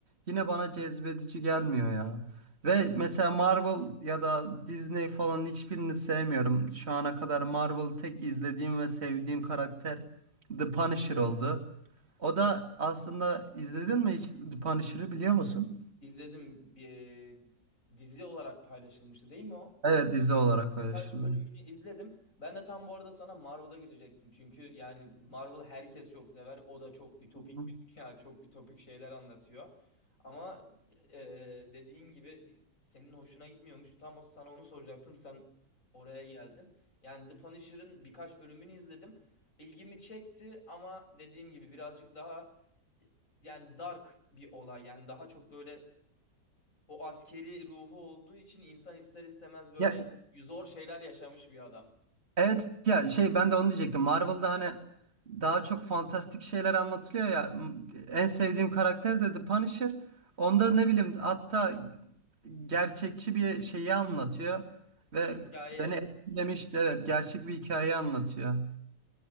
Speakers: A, on the right; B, on the left.
A: yine bana cezbedici gelmiyor ya. Ve mesela Marvel ya da Disney falan hiçbirini sevmiyorum. Şu ana kadar Marvel tek izlediğim ve sevdiğim karakter The Punisher oldu. O da aslında izledin mi hiç The Punisher'ı biliyor musun?
B: İzledim bir e, dizi olarak paylaşılmıştı değil mi o?
A: Evet dizi olarak paylaşıldı.
B: Birkaç bölümünü izledim. Ben de tam bu arada sana Marvel'a girecektim. Çünkü yani Marvel herkes çok sever. O da çok ütopik
A: Hı hı.
B: bir dünya, çok ütopik şeyler anlatıyor. Ama e, dediğin gibi senin hoşuna gitmiyormuş. Tam o sana onu soracaktım. Sen oraya geldin. Yani The Punisher'ın birkaç bölümünü izledim. İlgimi çekti ama dediğim gibi birazcık daha yani dark bir olay. Yani daha çok böyle o askeri ruhu olduğu için insan ister istemez böyle
A: Ya
B: zor şeyler yaşamış bir adam.
A: Evet ya şey ben de onu diyecektim. Marvel'da hani daha çok fantastik şeyler anlatılıyor ya. M- En sevdiğim karakter de The Punisher. Onda ne bileyim hatta gerçekçi bir şeyi anlatıyor ve
B: Bir hikaye.
A: beni etkilemişti. Evet, gerçek bir hikayeyi anlatıyor.